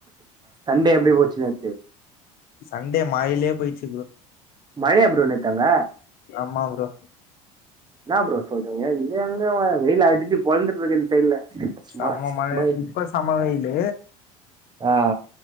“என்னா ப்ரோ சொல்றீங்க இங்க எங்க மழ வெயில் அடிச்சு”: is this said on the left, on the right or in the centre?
Right